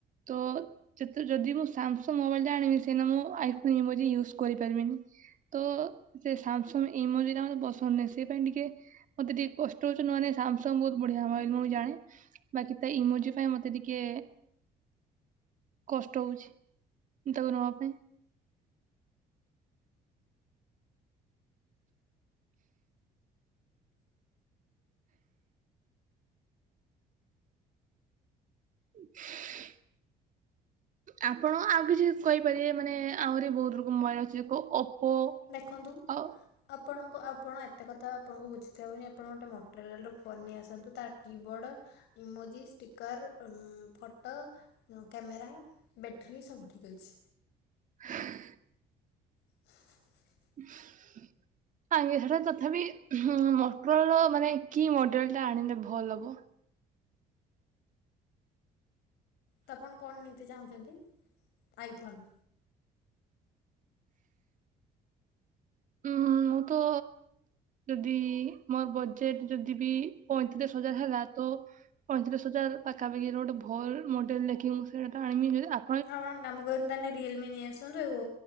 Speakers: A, on the right; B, on the left.
A: ତ ଯଦି ଯଦି ମୁଁ ସାମସଙ୍ଗ ମୋବାଇଲ୍ ଟା ଆଣିବି ସେନ ମୁଁ ଆଇଫୋନ ୟୁଜ୍ କରିପାରିବିନି। ତ ସେ ସାମସଙ୍ଗ ଇମୋଜିଟା ମୋତେ ପସନ୍ଦ ନୁହେଁ, ସେଇ ପାଇଁ ଟିକେ ମତେ ଟିକେ କଷ୍ଟ କହିଛନ୍ତି ମାନେ ସାମସଙ୍ଗ ବହୁତ ବଢିଆ ହେବ, ମୁଁ ଜାଣେ ବାକି ତା ଇମୋଜି ପାଇଁ ମତେ ଟିକେ କଷ୍ଟ ହଉଛି ତାକୁ ନବା ପାଇଁ <unintelligible> ଆପଣ ଆଉ କିଛି କହିପାରିବେ ମାନେ ଆହୁରି ବହୁତ ରୋକ ମୋବାଇଲ୍ ଅଛି। ଏକ ଓପୋ
B: ଖନ୍ତୁ
A: ଆଉ
B: ଆପଣଙ୍କ ଆପଣ ଏତେ କଥା ଆପଣଙ୍କୁ ବୁଝିିତେ ହବନି ଆ ଆପଣ ଗୋଟେ ମୋଟେରିଆଲର ଫୋନ୍ ନେଇ ଆସନ୍ତୁ ତା କି ବୋର୍ଡ଼ ଇମୋଜି ଷ୍ଟିକର ଉଁ, ଫଟୋ ଯୋଉ କ୍ୟାମେରା, ବ୍ୟାଟେରୀ ସବୁ ଠିକ୍ ଅଛି।
A: ହଁ <unintelligible>
B: <inaudible>
A: ହ <unintelligible> ଆଉ ଏ ଧର ତଥାବି ହଁ ମଟ୍ରଲା ମାନେ କି ମଡେଲ୍ ଟା ଆଣିଲେ ଭଲ ହବ?
B: ତ ଆପଣ କଣ ନେଇତେ ଚାହୁଁଚନ୍ତି ଆଇଫୋନ୍?
A: ଉଁ, ମୁଁ ତ ଯଦି ମୋର ବଜେଟ୍ ଯଦି ବି ପଇଁତିରିଶ ହଜାର ହେଲା ତ ପଇଁତିରିଶ ହଜାର ପାଖାପଖି ର ଗୋଟେ ଭଲ ମଡେଲ୍ ଦେଖିକି ମୁଁ ସେଇଟା ଆଣିମି ଯେ ଆ
B: ଆପଣ କାମ କରନ୍ତୁ ତା ହେନେ ରିୟଲମି ନେଇ ଆସ ଶୁଣନ୍ତୁ